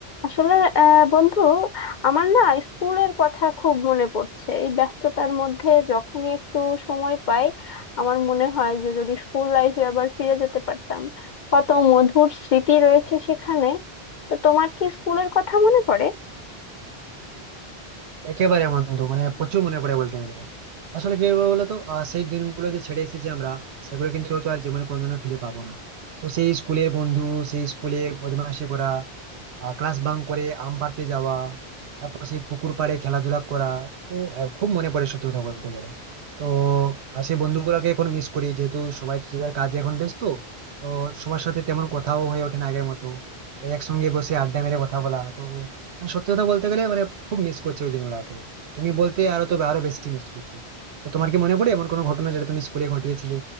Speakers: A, on the left; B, on the right.
A: আসলে আহ, বন্ধু আমার না স্কুলের কথা খুব মনে পড়ছে এই ব্যস্ততার মধ্যে যখনই একটু সময় পাই আমার মনে হয় যে যদি স্কুল লাইফে আবার ফিরে যেতে পারতাম কত মধুর স্মৃতি রয়েছে সেখানে তো তোমার কি স্কুলের কথা মনে পড়ে
B: একেবারে বন্ধু মানে প্রচুর মনে পড়ে বলতে গেলে আসলে কি বলবো বলতো আহ, সেই দিনগুলো যে ছেড়ে এসেছি আমরা সেগুলো কিন্তু হয়তো আর জীবনে কোনোদিনও ফিরে পাবো না তো সেই স্কুলের বন্ধু সেই স্কুলে বদমাইশি করা ক্লাস বাঙ্ক করে আম পাড়তে যাওয়া তারপর সেই পুকুর পাড়ে খেলাধুলা করা তো আহ, খুব মনে পড়ে সত্যি কথা বলতে গেলে তো আহ, সেই বন্ধুগুলোকে এখন মিস করি যেহেতু সবাই যে যার কাজে এখন ব্যস্ত তো সবার সাথে তেমন কথাও হয়ে ওঠে না আগের মতো ওই একসঙ্গে বসে আড্ডা মেরে কথা বলা তো মানে সত্যি কথা বলতে গেলে মানে খুব মিস করছি ওই দিনগুলোকে তুমি বলতে আরো তো আরো বেশি মিস করছি তো তোমার কি মনে পড়ে এমন কোনো ঘটনা যেটা তুমি স্কুলে ঘটিয়েছিলে